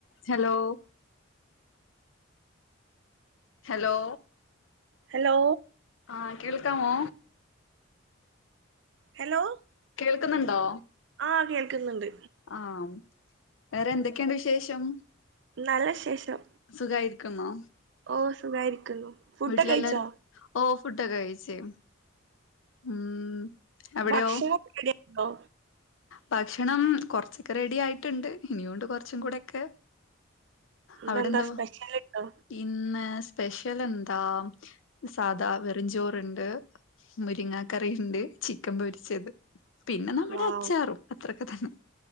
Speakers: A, on the left (about 70°); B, on the right (about 60°).
A: ചലോ hello
B: hello
A: ആഹ് കേൾക്കാമോ
B: hello
A: കേൾക്കുന്നുണ്ടോ
B: ആഹ് കേൾക്ക്ന്നുണ്ട്
A: ആം വേറെ എന്തൊക്കെണ്ട് വിശേഷം
B: നല്ലശേഷം
A: സുഖായിരിക്കുന്നോ
B: ഓഹ് സുഖായിരിക്കുന്നു ഫുഡൊക്കെ
A: വീട്ടിലെല്ലാര്
B: കഴിച്ചോ
A: ഓഹ് ഫുഡ്ഡൊക്കെ കൈച്ച്‌ ഉം അവിടെയോ
B: ഭക്ഷണം റെഡിയായ്ണ്ടോ
A: ഭക്ഷണം കൊർച്ചൊക്കെ റെഡിയായ്ട്ടിണ്ട് ഇനിയുണ്ട് കൊർച്ചും കൂടെക്കെ
B: ഇന്നെന്താ
A: അവിടെന്താവോ
B: സ്പെഷ്യൽ ഉണ്ടോ
A: ഇന്ന് സ് പെഷ്യെലെന്താ സാധാ വെ വെറുംചോറിണ്ട് മുരിങ്ങാക്കറിണ്ട് ചിക്കൻ പൊരിച്ചത് പിന്നെ നമ്മടെ
B: വാവ്
A: അച്ചാറും അത്രൊക്കെത്തന്നെ